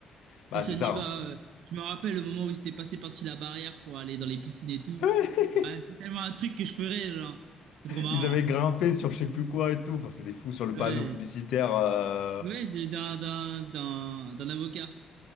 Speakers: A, on the left; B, on the right.
A: bah
B: Lui, si
A: c'est
B: on y
A: ça.
B: va,
A: hein.
B: euh, je me rappelle le moment où il s'était passé par-dessus la barrière pour aller dans les piscines et tout.
A: <laughs>
B: Bah, c'est tellement un truc que je ferais, genre, c'est trop marrant.
A: Ils avaient grimpé sur je sais plus quoi et tout, enfin c'est des fous sur le panneau
B: Ouais,
A: publicitaire. euh,
B: ouais, d'un, d'un, d'un, d'un avocat.